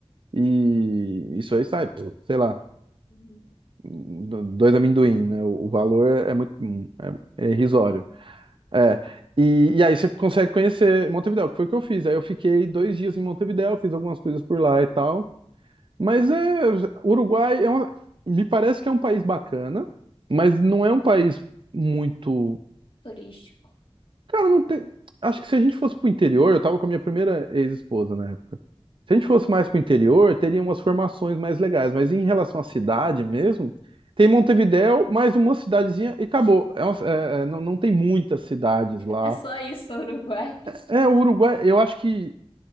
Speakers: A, on the right (about 55°); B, on the left (about 55°).
A: E isso aí sai, pô, sei lá,
B: Uhum.
A: do- dois amendoim, né? O, o valor é muito é, é irrisório. É. E, e aí você consegue conhecer Montevidéu, que foi o que eu fiz. Aí eu fiquei dois dias em Montevidéu, fiz algumas coisas por lá e tal. Mas é, Uruguai é uma, me parece que é um país bacana, mas não é um país muito.
B: Turístico.
A: Cara, não tem. Acho que se a gente fosse pro interior, eu tava com a minha primeira ex-esposa na época. Se
B: Aham.
A: a gente fosse mais pro interior, teria umas formações mais legais, mas em relação à cidade mesmo, tem Montevidéu, mais uma cidadezinha e acabou. É uma- é- é, não, não tem muitas cidades lá.
B: É só isso, Uruguai.
A: É, o Uruguai, eu acho que